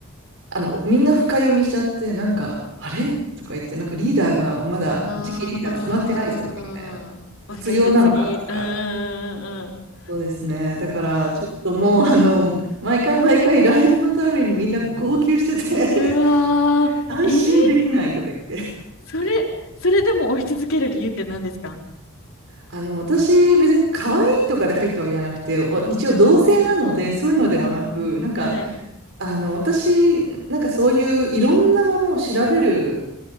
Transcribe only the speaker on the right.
あの、みんな深読みしちゃって、なんか、あれとか言って、なんかリーダーがまだ次期リーダー決まってないぞ、
みたいな。
卒業なのかとか。
そうですね。だから、ちょっともう、あの、毎回毎回ライブのためにみんな号泣してて
<laughs> 安心できないとか言って。
あの、私、別に可愛いとかで入ったわけじゃなくて、お一応同性なので、
そういうのではなく、
なんか、
あの、私、なんかそういういろんなものを調べる